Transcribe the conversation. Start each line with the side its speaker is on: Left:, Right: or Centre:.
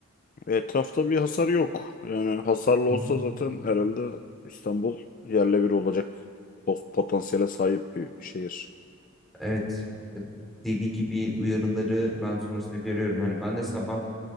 Left: Etrafta bir hasar yok. Yani hasarlı
Centre: Hı
Left: olsa
Centre: hı.
Left: zaten herhalde İstanbul yerle bir olacak pot- potansiyele sahip bir şehir.
Centre: Evet. E, Deli gibi uyarıları ben sonrasında görüyorum. Yani ben de sabah